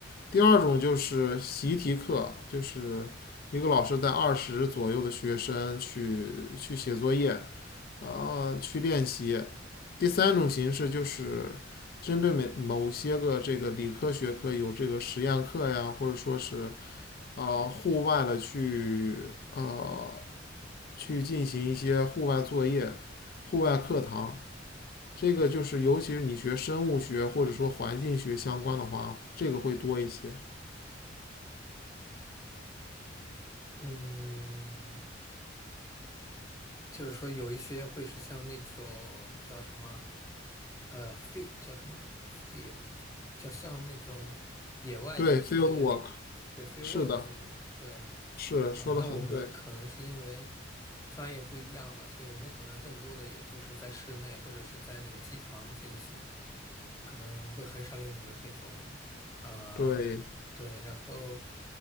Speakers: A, on the left; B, on the left.
A: 第二种就是习题课，就是一个老师带二十左右的学生去去写作业，呃，去练习。第三种形式就是针对每某些个这个理科学科有这个实验课呀，或者说是呃户外的去呃去进行一些户外作业、户外课堂。这个就是，尤其是你学生物学或者说环境学相关的话，这个会多一些。
B: 嗯，就是说有一些会是像那种叫什么，呃，field 叫什么 field，就像那种野外的一些，
A: 对，field work，
B: 对 field
A: 是的，
B: work 这种，对，
A: 是说的很对，
B: 啊，那我们可能是因为专业不一样吧，所以我们可能更多的也就是在室内或者是在那个机房进行，可能会很少有你们这种，啊、
A: 对，
B: 对，然后